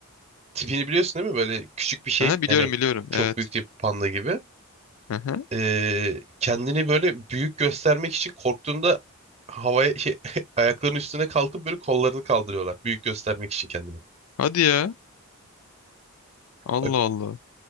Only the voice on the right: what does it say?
Tipini biliyorsun değil mi? Böyle küçük bir şey.
Yani
çok
büyük bir panda gibi.
Ee, kendini böyle büyük göstermek için korktuğunda havaya şey <laughs> ayaklarının üstüne kalkıp böyle kollarını kaldırıyorlar. Büyük göstermek için kendini.
Bak